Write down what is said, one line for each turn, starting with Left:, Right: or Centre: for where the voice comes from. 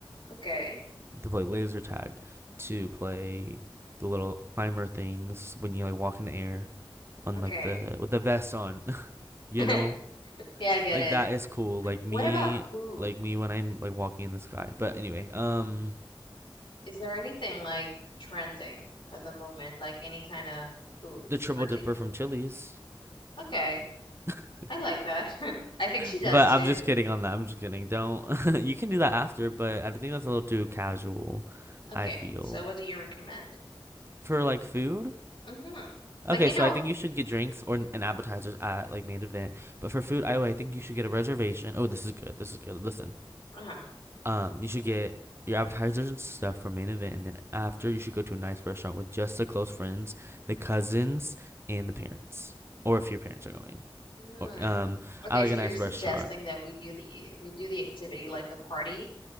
Left: Okay,
Right: to play laser tag, to play the little climber things when you like walk in the air on
Left: okay.
Right: like the with the vest on, <laughs> you
Left: <laughs>
Right: know?
Left: Yeah, I get
Right: Like
Left: it.
Right: that is cool. Like me
Left: What about food?
Right: like me when I'm like walking in the sky. But anyway, um
Left: Is there anything like trending at the moment, like any kind of food
Right: the triple
Left: particular?
Right: dipper from Chili's.
Left: Okay,
Right: <laughs>
Left: I like that. <laughs> I think she does
Right: but
Left: too.
Right: I'm just kidding on that. I'm just kidding. Don't <laughs> you can do that after, but I think that's a little too casual,
Left: Okay,
Right: I feel.
Left: so what do you recommend?
Right: For like food,
Left: Mm-hmm. Like
Right: Okay,
Left: you know,
Right: so I think you should get drinks or an appetizers at like main event. But for food, I I think you should get a reservation. Oh, this is good. This is good. Listen,
Left: uh-huh.
Right: um, you should get your appetizers and stuff for main event, and then after you should go to a nice restaurant with just the close friends, the cousins, and the parents, or if your parents are going.
Left: Hmm.
Right: Or, um,
Left: Okay,
Right: I like
Left: so
Right: a
Left: you're
Right: nice
Left: suggesting
Right: restaurant.
Left: that we do the we do the activity like the party